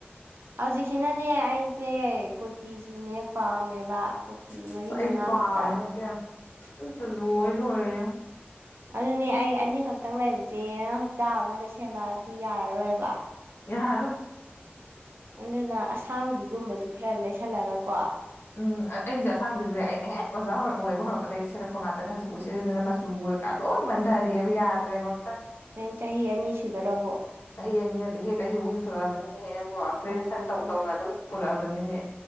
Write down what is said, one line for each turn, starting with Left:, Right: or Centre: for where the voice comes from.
Right: ꯍꯧꯖꯤꯛ ꯁꯤꯅꯅꯦ ꯑꯩꯁꯦ ꯀꯨꯔꯇꯤꯁꯨꯅꯦ ꯄꯥꯝꯃꯦꯕ ꯀꯨꯔꯣꯇꯤ
Left: ꯑꯁ
Right: ꯃꯔꯤ
Left: ꯑꯩꯁꯨ
Right: ꯃꯉꯥꯃꯨꯛꯇ
Left: ꯄꯥꯝꯃꯦ ꯏꯕꯦꯝꯃ ꯂꯣꯏ ꯂꯣꯏꯔ
Right: ꯑꯗꯨꯅꯦ ꯑꯩ ꯑꯅꯤ ꯈꯛꯇꯪ ꯂꯩꯕꯁꯦ ꯍꯞꯇꯥ ꯑꯃꯗ ꯁꯦꯂꯛꯑꯗꯤ ꯌꯥꯔꯔꯣꯏꯕ
Left: ꯌꯥꯔꯔꯣꯢ
Right: ꯑꯗꯨꯅ ꯑꯁꯥꯡꯕꯤꯒꯨꯝꯕꯁꯨ ꯈꯔ ꯂꯩꯁꯜꯂꯒꯀꯣ
Left: ꯎꯝ ꯑꯩꯁꯦ ꯑꯁꯥꯡꯕꯤꯕꯁꯤꯁꯦ ꯑꯩꯅ ꯍꯦꯛ ꯑꯣꯖꯥ ꯑꯣꯏꯕ ꯍꯧꯔꯛꯄꯗꯒꯤ ꯁꯦꯠꯂꯛꯄ ꯉꯥꯛꯇꯅꯦ ꯍꯧꯖꯤꯛꯐ ꯁꯦꯗꯅ ꯃꯆꯨ ꯀꯜ ꯑꯣꯏ ꯃꯟꯗꯔꯤꯕ ꯌꯥꯗ꯭ꯔꯦꯕꯗ
Right: ꯅꯪ ꯆꯍꯤ ꯑꯅꯤ ꯁꯨꯗꯔꯕꯣ
Left: ꯆꯍꯤ ꯑꯅꯤꯉꯛꯇꯤ ꯍꯦ ꯆꯍꯤ ꯑꯍꯨꯝ ꯁꯨꯔꯛꯑꯕꯅꯤꯅꯦꯍꯦ ꯅꯪꯕꯨ ꯒ꯭ꯔꯦꯖꯨꯑꯦꯁꯟꯧ
Right: ꯎꯝ
Left: ꯇꯧꯅ ꯑꯗꯨꯝ ꯄꯨꯔꯛꯑꯕꯅꯤꯅꯦ